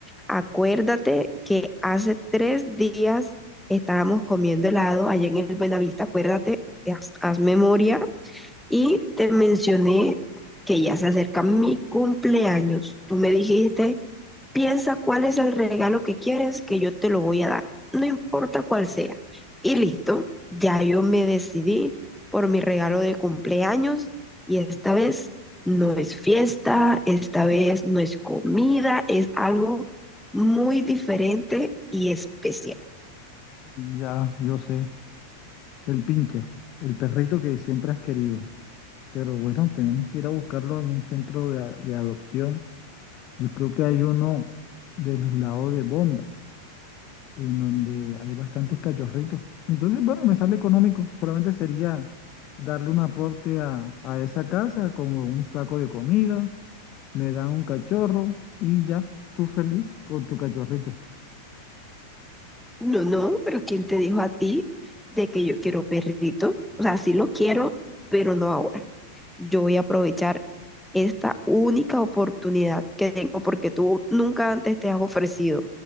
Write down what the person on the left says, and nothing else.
Ya, yo sé, el pincher, el perrito que siempre has querido. Pero bueno, tenemos que ir a buscarlo en un centro de, a- de adopción. Yo creo que hay uno de los lados de Bonda. en donde hay bastantes cachorritos. Entonces, bueno, me sale económico. Solamente sería darle un aporte a, a esa casa, como un saco de comida, me dan un cachorro y ya tú feliz con tu cachorrito.